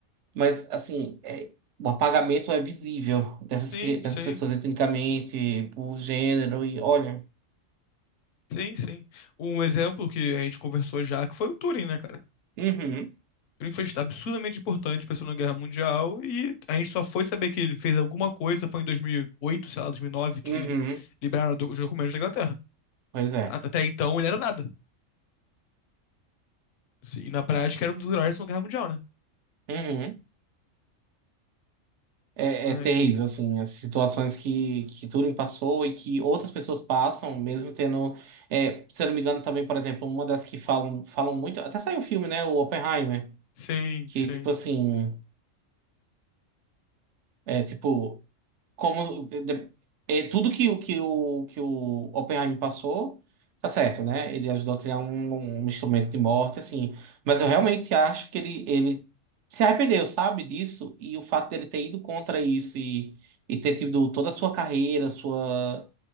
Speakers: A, on the right; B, on the left.
A: Mas, assim, é, o apagamento é visível dessas,
B: Sim,
A: cri- dessas
B: sim,
A: pessoas etnicamente, por gênero, e olha.
B: Sim, sim. Um exemplo que a gente conversou já, que foi o Turing, né, cara?
A: Uhum,
B: O Turing foi absurdamente importante pra Segunda Guerra Mundial e a gente só foi saber que ele fez alguma coisa, foi em 2008, sei lá, 2009, que
A: uhum,
B: liberaram do- os documentos da Inglaterra.
A: pois é.
B: Até então ele era nada. Sim, E na prática era um dos heróis da Segunda Guerra Mundial, né?
A: Uhum. É,
B: Ai,
A: é terrível,
B: ai.
A: assim, as situações que, que Turing passou e que outras pessoas passam, mesmo tendo. é, se eu não me engano, também, por exemplo, uma das que falam, falam muito. Até saiu um filme, né? O Oppenheimer,
B: Sim,
A: que,
B: sim,
A: tipo assim. É, tipo, como de- é, tudo que, o- que, o, que o Oppenheimer passou, tá certo, né? Ele ajudou a criar um, um instrumento de morte, assim. Mas eu
B: sim.
A: realmente acho que ele, ele se arrependeu, sabe, disso. E o fato dele ter ido contra isso e, e ter tido toda a sua carreira, sua,